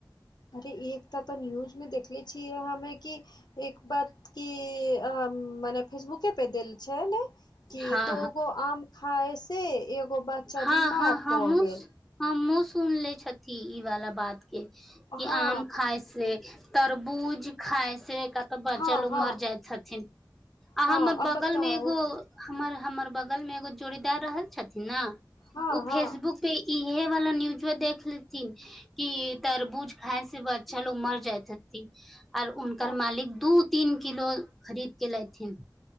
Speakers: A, on the left; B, in the centre.
A: अरे एक तऽ न्यूज में देखले छिय हम एक बात क फेसु पे दिल छै ने कि
B: हँ
A: दोगो आम खाय से एगो बच्चा
B: हँ
A: बीमार
B: हँ हँ
A: प
B: हमसु
A: गेल
B: हमसु सुन ले छथी ई वाला बात के कऽ
A: हँ
B: आम खाय से तरबूज खाइ से क तऽ बच्चा
A: हँ
B: लोग
A: हँ
B: मर जाइत छथिन आ
A: हँ
B: हमर
A: अब
B: बगल
A: बताउ
B: मे एगो हमर हमर बगल में एगो जोड़ीदार रहल छथिन ने
A: हँ
B: ओ
A: हँ
B: फेसबुक पे इहे वाला न्यूज मे देख लेथिन कि तरबूज खाय से बच्चा लोग मर जाय हैतै आर हुनकर
A: हँ
B: मालिक दू तीन किलो खरीद के लेथिन